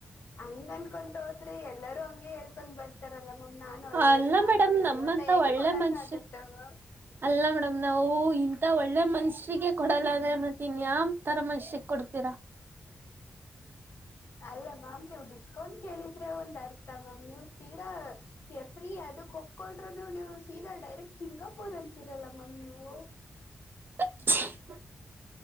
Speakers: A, on the left; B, on the right.
A: ಹಂಗ ಅನ್ಕೊಂತ ಹೋದ್ರೆ ಎಲ್ಲರೂ ಹಂಗೆ ಹೇಳ್ಕೊಂಡ್ ಬರ್ ಆ ತರಲ್ಲ ಮಮ್ ನಾನ್ ಒಳ್ಳೇಳು
B: ಅಲ್ಲ
A: ನಾನ್
B: ಮೇಡಮ್
A: ಒಳ್ಳೇಳು
B: ನಮ್ಮಂತ
A: ಅಂತ ಹೆಂಗ್
B: ಒಳ್ಳೆ
A: ಕೊಡಕ್
B: ಮನುಷ್ಯ
A: ಆಗತ್ತೆ ಮಾಮ್.
B: ಅಲ್ಲ ಮೇಡಮ್ ನಾವು ಇಂತ ಒಳ್ಳೆ ಮನುಷರಿಗೆ ಕೊಡಲ್ಲ ಅಂದ್ರೆ ಮತ್ತ ಇನ್ಯಾವ್ ತರ ಮನ್ಷರಿಗೆ ಕೊಡ್ತೀರಾ
A: ಅಲ್ಲ ಮ್ಯಾಮ್ ನೀವ್ ಡಿಸ್ಕೌಂಟ್ ಕೇಳಿದ್ರೆ ಒಂದ್ ಅರ್ಥ ಮ್ಯಾಮ್ ನೀವ್ ತೀರಾ ಓಕೆ ಫ್ರೀ ಅದು ಒಪ್ಕೊಂಡ್ರು ನೀವು ಸೀದಾ ಡೈರೆಕ್ಟ್ ಸಿಂಗಾಪೂರ್ ಅಂತಿರಲ್ಲ ಮ್ಯಾಮ್ ನೀವು
B: <inaudible>